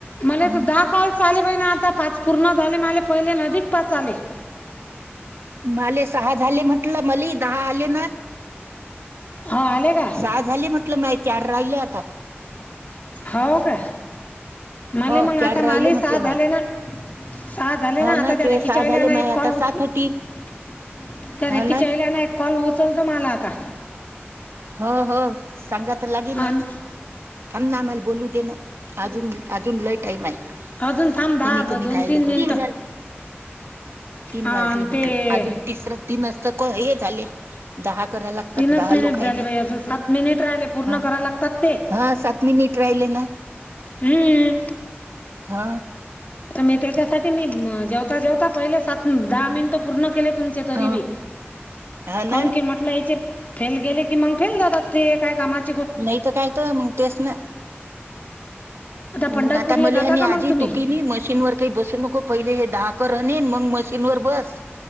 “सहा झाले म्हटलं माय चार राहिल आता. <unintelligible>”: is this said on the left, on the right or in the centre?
Right